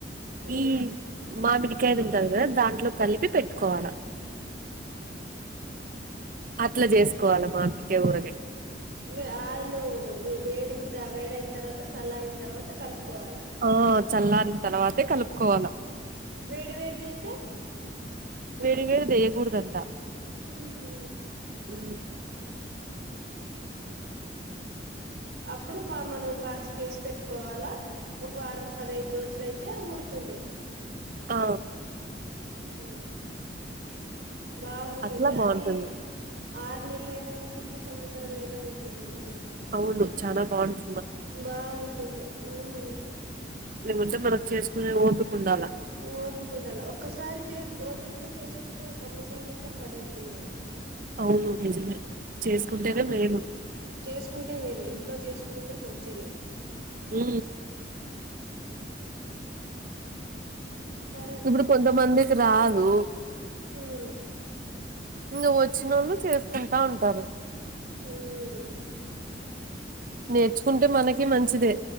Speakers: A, on the right (about 70°); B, on the right (about 50°).
A: ఉమ్
B: ఈ మామిడికాయ తింటారు కదా దాంట్లో కలిపి పెట్టుకోవాల అట్ల జేసుకోవాల మామిడికాయ ఊరగాయ్
A: వే ఆయిలు వే వేడింత వేడైన తర్వాత సల్లరిన అయిన తర్వాత కలుపుకోవాలా
B: ఆ చల్లారిన తర్వాతే కలుపుకోవాల
A: వేడి వేడిదేస్తే
B: వేడి వేడిది ఏయకూడదట్ట
A: మ్ హు
B: ఉ
A: అప్పుడు మనం బాక్స్ కేసి పెట్టుకోవాలా ఒక వారం పదహైదు రోజులు అయితే ఊరుతుంది
B: ఆ
A: మ్ బాగుంటుంది
B: అట్లా బాగుంటుంది
A: అది ఆరు నెలలయినా ఉంటుంది సంవత్సరం అయినా ఉంటుంది మనం
B: అవును చాలా బాగుంట్
A: బాగుంటుంది మ్
B: లేపోతే మనకు చేసుకునే ఓపికుండాల
A: ఓపిక ఉండాల ఒక్కసారి తీస్ ఓపిక్తో చేసుకుంటే ఒక సంవత్సరం అంతా పడి ఉంటుంది కదా క
B: అవును నిజమే చేసుకుంటేనే మేలు
A: చేసుకుంటే మేలు ఇంట్లో చేసుకునేది మంచిది
B: ఉ
A: సరే అక్క
B: ఇప్పుడు కొంతమందికి రాదు
A: ఉమ్
B: ఇంక వచ్చినోళ్ళు చేసుకుంటా ఉంటారు
A: హ్మ్
B: నేర్చుకుంటే మనకి మంచిదే